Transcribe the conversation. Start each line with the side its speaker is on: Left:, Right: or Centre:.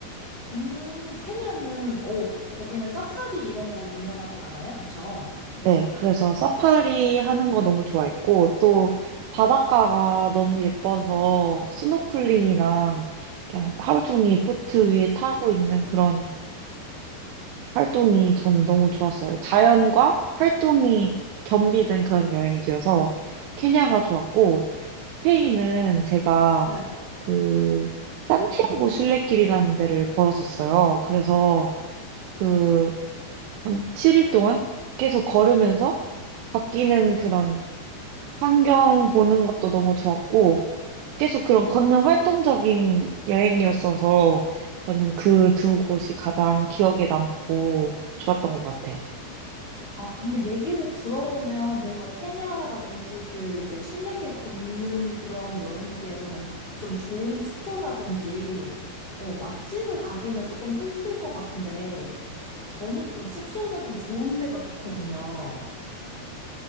Left: 음, 케냐는, 어, 거기는 사파리 이런 거 유명하지 않아요? 그쵸?
Right: 네, 그래서 사파리 하는 거 너무 좋아했고, 또 바닷가가 너무 예뻐서 스노클링이랑 그냥 하루 종일 보트 위에 타고 있는 그런 활동이 저는 너무 좋았어요. 자연과 활동이 겸비된 그런 여행지여서 케냐가 좋았고, 스페인은 제가
Left: 네.
Right: 그 산티아고 순례길이라는 데를 걸었었어요. 그래서 그 한 7일 동안 계속 걸으면서 바뀌는 그런 환경 보는 것도 너무 좋았고, 계속 그런 걷는 활동적인 여행이었어서, 저는 그 두 곳이 가장 기억에 남고 좋았던 것 같아요.
Left: 아, 근데 얘기를 들어보면 뭔가 케냐라든지 그 이제 순례길 걷는 그런 여행지에서는 좀 좋은 숙소라든지, 어, 맛집을 가기는 조금 힘들 것 같은데, 저는 좀 숙소는 좀 좋은 데가 좋거든요.